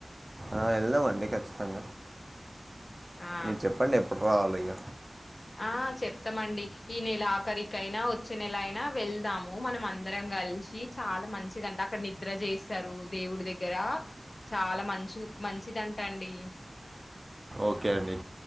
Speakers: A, on the right; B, on the left.
A: ఆ వెళ్దాం అండి ఖచ్చితంగా
B: ఆ
A: మీరు చెప్పండి ఎప్పుడు రావాలో ఇగ
B: ఆ చెప్తామండి ఈ నెల ఆఖరికైనా వచ్చే నెల అయినా వెళ్దాము మనం అందరం కలిసి చాలా మంచిదంటే అక్కడ నిద్ర చేస్తారు దేవుడి దగ్గర చాలా మంచి మంచిదంట అండి
A: ఓకే అండి